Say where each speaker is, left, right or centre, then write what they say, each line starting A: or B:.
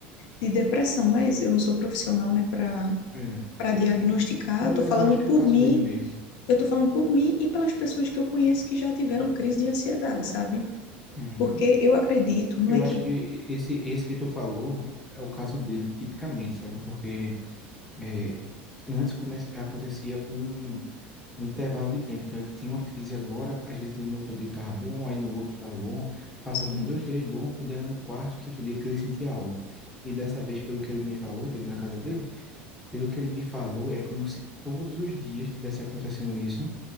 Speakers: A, on the left (about 70°); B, in the centre.
A: de depressão, mas eu não sou profissional, né, para
B: É.
A: para diagnosticar.
B: Não,
A: Eu tô
B: mas
A: falando
B: eu acho
A: por
B: que é o caso
A: mim,
B: dele mesmo.
A: eu tô falando por mim e pelas pessoas que eu conheço que já tiveram crise de ansiedade, sabe?
B: Uhum.
A: Porque eu acredito, não
B: Eu
A: é que
B: acho que esse esse que tu falou é o caso dele tipicamente, sabe? Porque é, antes come- acontecia com um intervalo de tempo. Então ele tinha uma crise agora, às vezes no outro dia estava bom, aí no outro estava bom, passava
A: Sim,
B: uns dois dias bom, quando era no quarto, quinto dia que ele sentia algo. E dessa vez, pelo que ele me falou, teve na casa dele, pelo que ele me falou, é como se todos os dias estivesse acontecendo isso